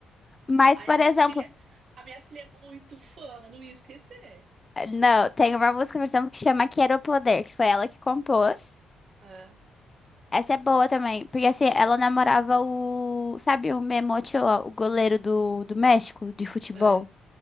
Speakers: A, on the left; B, on the right.
A: Mas,
B: Aí
A: por
B: a minha
A: exemplo,
B: filha, a minha filha é muito fã, ela não ia esquecer.
A: Não, tem uma música, por exemplo, que chama Quero Poder, que foi ela que compôs.
B: É,
A: Essa é boa também, porque assim, ela namorava o, sabe, o Memo Ochoa, o goleiro do, do México de futebol.
B: é,